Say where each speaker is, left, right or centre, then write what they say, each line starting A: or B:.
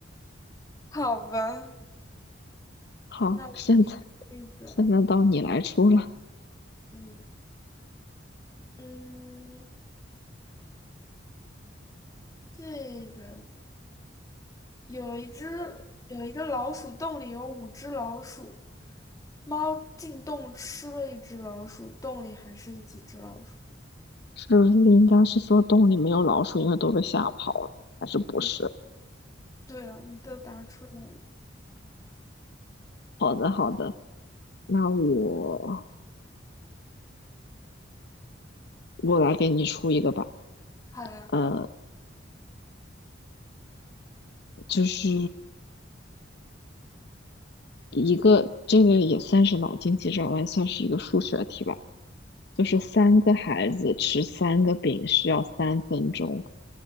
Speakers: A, on the left; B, on the left.
A: 好吧，
B: 好，
A: 那我给你说一个，
B: 现在现在到你来出了，
A: 嗯嗯，这个有一只有一个老鼠洞里有五只老鼠，猫进洞吃了一只老鼠，洞里还剩几只老鼠？
B: 是不是应该是说洞里没有老鼠，因为都被吓跑了，还是不是？
A: 嗯，对啊，你都答出来了。
B: 好的，好的，那我我来给你出一个吧。
A: 好呀，
B: 呃，就是一个这个也算是脑筋急转弯，算是一个数学题吧。就是三个孩子吃三个饼需要三分钟，